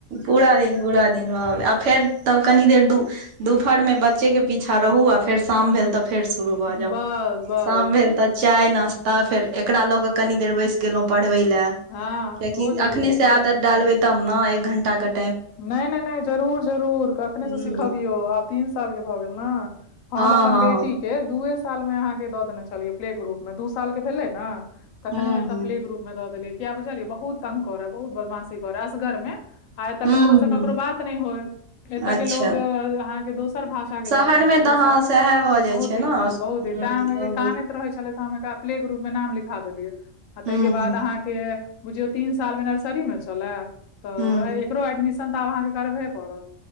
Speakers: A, on the right; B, on the left.
A: पूरा दिन पूरा दिन रह आ फेर तब कनि देर दू दुपहर मे बच्चे के पीछा रहू आ फेर शाम भेल तऽ फेर शुरू भ
B: बस
A: जा
B: बस
A: शाम भेल
B: बस
A: तऽ चाय नश् तऽ फेर एकरा लऽ कऽ कनी देर बैस गेलहुँ पढ़बै लए
B: हँ
A: कियाकि
B: ओहो जरूरी
A: अखने
B: छै
A: से आदत डालबे तब ने एक घण्टा क
B: नहि नहि नहि जरूर जरूर कखनेसँ
A: हूं
B: सिखबियौ आब तीन सालके भऽ गेल ने
A: हँ
B: हम अपन
A: हँ
B: बेटी के दूए साल मे अहाँके दऽ देने छलियै प्ले ग्रुप मे दू साल के भेलै ने कखने
A: हूं हूं
B: तपले के रूप मे द देलियै किया बुझलियै बहुत तंग कर है बहु बदमाशी कर है असगर मे आ एतऽ
A: हूं
B: ककरो से
A: हूं
B: ककरो बात नहि होइ एतऽ
A: अच्छा
B: के लोग अहाँके दोसर भाषा के
A: शहर
B: छथिन
A: मे
B: आ दोसर
A: तऽ हँ सएह भऽ जाइ
B: बहुत
A: छै
B: दिक्कत
A: ने ह
B: बहुत दिकतै
A: बहुत
B: ते हम कह रहै छलै तऽ हम एकरा प्ले ग्रुप मे नाम लिखा देलियै आ
A: ह
B: तहिके
A: ह
B: बाद अहाँके के बुझयो तीन साल मे नर्सरी मे छ्ले त
A: हँ
B: ए एक्रो एडमिसन संनताब अहाँके करबे पड़त